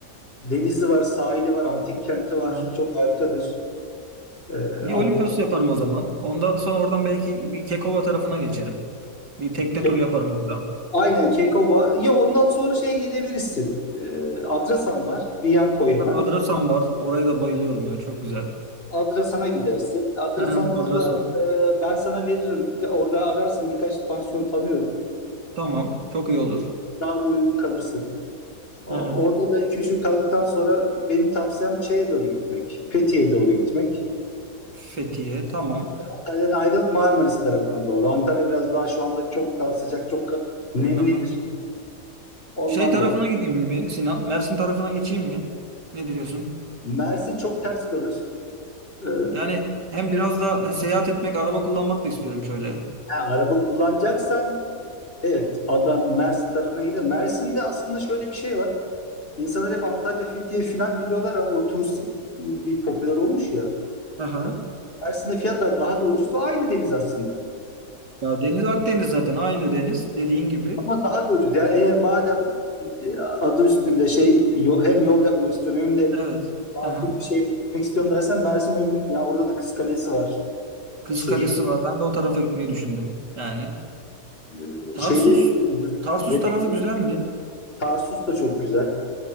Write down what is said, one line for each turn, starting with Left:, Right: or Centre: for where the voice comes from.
Left: Denizi var, sahili var, antik kenti var.
Right: aha.
Left: Çok harikadır. Ee,
Right: Bir
Left: antik
Right: Olimpos yaparım o zaman. Ondan sonra oradan belki bir Kekova tarafına geçerim. Bir tekne
Left: Ke-
Right: turu yaparım orada.
Left: Aynen Kekova. Ya ondan sonra şeye gidebilirsin. Ee, Adrasan var. Bir yan koy hemen.
Right: Ha, Adrasan var. Oraya da bayılıyorum ya. Çok güzel.
Left: Adrasan'a gidersin. Adrasan'da
Right: Aha, Adrasan.
Left: da e, ben sana veririm. Te- Orada ararsın birkaç pansiyon tanıyorum.
Right: Tamam. Çok iyi olur.
Left: Daha da uygun kalırsın. O-
Right: Hı hı.
Left: orada da iki üç gün kaldıktan sonra benim tavsiyem şeye doğru gitmek. Fethiye'ye doğru gitmek.
Right: Fethiye. Tamam.
Left: Antalya'dan ayrılıp Marmaris tarafına doğru. Antalya biraz daha şu anda çok daha sıcak, çok ka- nemlidir.
Right: Aha.
Left: Ondan
Right: Şey tarafına
Left: dolayı.
Right: gideyim mi Sinan? Mersin tarafına geçeyim mi? Ne diyorsun?
Left: Mersin çok ters kalır. Ee,
Right: Yani hem biraz da seyahat etmek, araba kullanmak da istiyorum şöyle.
Left: ha, araba kullanacaksan evet adam Mersin tarafına gider. Mersin'de aslında şöyle bir şey var. İnsanlar hep Antalya, Fethiye falan biliyorlar ama o turistik bir popüler olmuş ya.
Right: Hı hı.
Left: Ee, Mersin'de fiyatlar daha da ucuz ve aynı deniz aslında.
Right: Ya deniz Akdeniz zaten aynı deniz dediğin gibi.
Left: Ama daha da ucuz. Yani eğer madem e, adı üstünde şey yol- hem yol yapmak istiyorum hem de
Right: Evet.
Left: makul
Right: Aha.
Left: bir şeyle gitmek istiyorum dersen Mersin uygun. Ya orada da Kız Kalesi var.
Right: Kız
Left: Şehir.
Right: Kalesi var. Ben de o tarafa gitmeyi düşündüm. Yani
Left: Ee,
Right: Tarsus
Left: şeyleri de çok ucuz.
Right: Tarsus
Left: Yemekli.
Right: tarafı güzel mi?
Left: Tarsus da çok güzel.